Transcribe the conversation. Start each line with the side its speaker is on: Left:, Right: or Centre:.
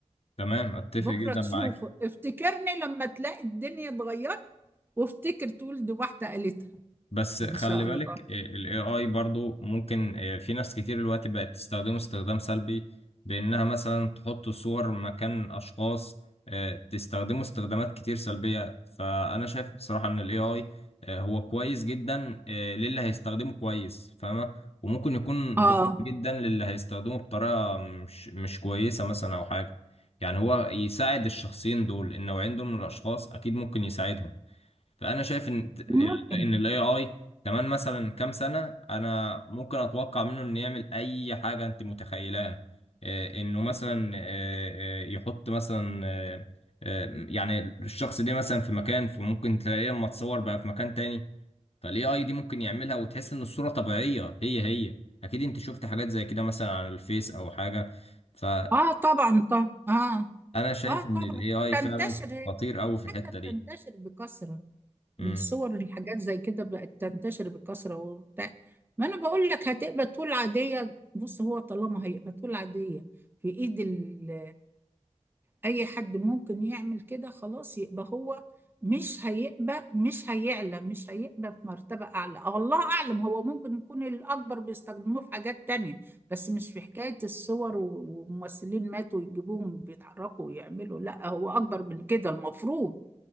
Left: تمام اتفق
Right: بكرة
Left: جدا
Right: تشوفه
Left: معاك
Right: افتكرني لما تلاقي الدنيا اتغيرت وافتكر تقول دي واحدة قالتها
Left: بس خلي
Right: إن شاء
Left: بالك
Right: الله
Left: آه، ال AI برضو ممكن آه، في ناس كتير دلوقتي بقت تستخدمه استخدام سلبي بإنها مثلا تحط صور مكان أشخاص آه، تستخدمه استخدامات كتير سلبية فأنا شايف بصراحة إن ال AI آه، هو كويس جدا آه، للي هيستخدمه كويس فاهمة وممكن يكون
Right: آه
Left: ضار جدا للي هيستخدمه بطريقة مش مش كويسة مثلا أو حاجة يعني هو يساعد الشخصين دول النوعين دول من الأشخاص أكيد ممكن يساعدهم فانا شايف ان
Right: ممكن
Left: ان الاي اي كمان مثلا كام سنه انا ممكن اتوقع منه انه يعمل اي حاجه انت متخيلها آه، انه مثلا آه، آه، يحط مثلا آه، آه، يعني الشخص ده مثلا في مكان فممكن تلاقيه لما تصور بقى في مكان تاني فالاي اي دي ممكن يعملها وتحس ان الصوره طبيعيه هي هي اكيد انت شفت حاجات زي كده مثلا على الفيس او حاجه فانا
Right: آه طبعا طبعا آه
Left: شايف
Right: آه
Left: ان
Right: طبعا
Left: الاي اي
Right: تنتشر
Left: فعلا
Right: هي
Left: خطير قوي في الحته
Right: حتى بتنتشر بكثرة
Left: دي
Right: الصور الحاجات زي كده بقت تنتشر بكثرة وبتاع ما انا بقول لك هتبقى طول عادية بص هو طالما هيبقى طول عادية في ايد ال- اي حد ممكن يعمل كده خلاص يبقى هو مش هيبقى مش هيعلى مش هيبقى في مرتبة أعلى أه الله أعلم هو ممكن يكون الأكبر بيستخدموه في حاجات تانية بس مش في حكاية الصور و- وممثلين ماتوا يجيبوهم بيتحركوا ويعملوا لا هو أكبر من كده المفروض